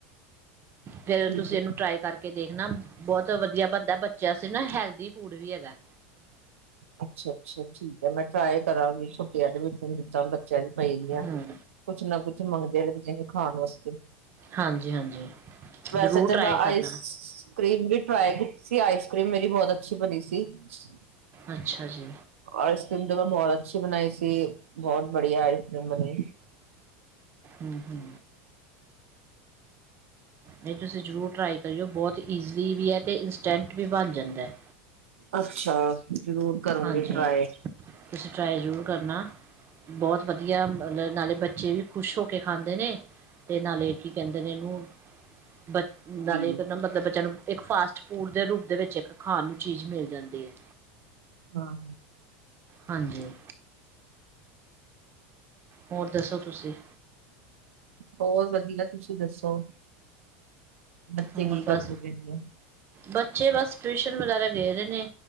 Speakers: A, on the right; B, on the right.
A: ਫੇਰ
B: ਠੀਕ
A: ਤੁਸੀਂ
B: ਹੈ।
A: ਇਹਨੂੰ ਟਰਾਈ ਕਰਕੇ ਦੇਖਣਾ, ਬਹੁਤ ਵਧੀਆ ਬਣਦਾ, ਬੱਚ ਵਾਸਤੇ ਨਾ ਹੈਲਦੀ ਫੂਡ ਵੀ ਹੈਗਾ।
B: ਅੱਛਾ-ਅੱਛਾ, ਠੀਕ ਆ, ਮੈਂ ਟਰਾਈ ਕਰਾਂਗੀ <inaudible> ਪਾਈਦੀਆਂ
A: ਹੂੰ
B: ਕੁੱਛ ਨਾ ਕੁਛ ਮੰਗਦੇ ਨੇ ਜਿਵੇਂ <inaudible> ਹਾਂਜੀ,
A: ਹਾਂਜੀ- ਹਾਂਜੀ।
B: ਵੈਸੇ
A: ਜ਼ਰੂਰ
B: ਤੇ
A: ਟਰਾਈ
B: ਮੈਂ
A: ਕਰਨਾ
B: ਆਈਸ ਕਰ੍ਰੀਮ ਵੀ ਟਰਾਏ ਕੀਤੀ। ਸੀ ਆਈਸਕੀਮ ਮੇਰੀ ਬਹੁਤ ਅੱਛੀ ਬਣੀ ਸੀ, ਆਇਸ
A: ਅੱਛਾ ਜੀ
B: ਆਈਸ-ਕਰ੍ਰੀਮ ਤੇ ਮੈਂ ਬਹੁਤ ਅੱਛੀ ਬਣਾਈ ਸੀ, ਬਹੁਤ ਬੜੀਆ ਆਈਸ-ਕਰ੍ਰੀਮ ਬਣੀ।
A: ਹੂੰ-ਹੂੰ, ਨਹੀਂ ਤੁਸੀਂ ਜ਼ਰੂਰ ਟਰਾਈ ਕਰਿਓ, ਬਹੁਤ ਈਜ਼ਲੀ ਵੀ ਹੈ, ਤੇ ਇੰਸਟੈਂਟ ਵੀ ਬਣ ਜਾਂਦਾ ਹੈ।
B: ਅੱਛਾ। ਜ਼ਰੂਰ ਕਰਾਂਗੇ
A: ਹਾਂਜੀ
B: ਟਰਾਏ।
A: ਤੁਸੀਂ ਟਰਾਈ ਜ਼ਰੂਰ ਕਰਨਾ, ਬਹੁਤ ਵਧੀਆ ਮਤਲਬ ਨਾਲੇ ਬੱਚੇ ਵੀ ਖੁਸ਼ ਹੋ ਕੇ ਖਾਂਦੇ ਨੇ, ਤੇ ਨਾਲੇ ਕੀ ਕਹਿੰਦੇ ਨੇ ਇਹਨੂੰ ਬੱਚ ਨਾਲ
B: ਜੀ
A: ਇਹ ਕਰਦਾ ਮਤਲਬ ਬੱਚਿਆਂ ਨੂੰ ਇੱਕ ਫਾਸਟ ਫੂਡ ਦੇ ਰੂਪ ਦੇ ਵਿੱਚ ਇੱਕ ਖਾਣ ਨੂੰ ਚੀਜ਼ ਮਿਲ ਜਾਂਦੀ ਹੈ।
B: ਹਾਂ।
A: ਹਾਂਜੀ। ਹੋਰ ਦੱਸੋ ਤੁਸੀਂ
B: ਹੋਰ ਵਧੀਆ, ਤੁਸੀਂ ਦੱਸੋ? ਬੱਚੇ
A: ਹੋਰ
B: ਕੀ ਕਰਦੇ
A: ਬਸ,
B: ਪਏ ਨੇ
A: ਬੱਚੇ ਬਸ ਟਊ ਵਗੈਰਾ ਗਏ ਰਹੇ ਨੇ,